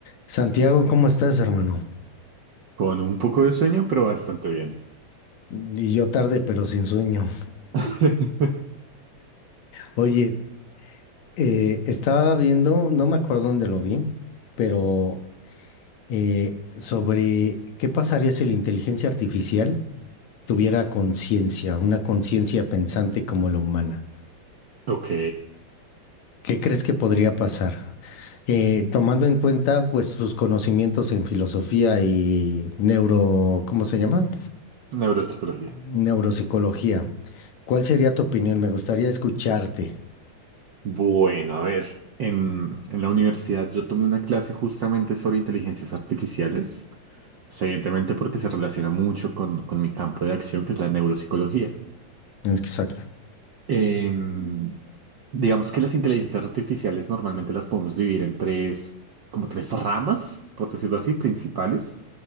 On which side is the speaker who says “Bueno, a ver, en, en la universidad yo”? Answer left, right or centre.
Right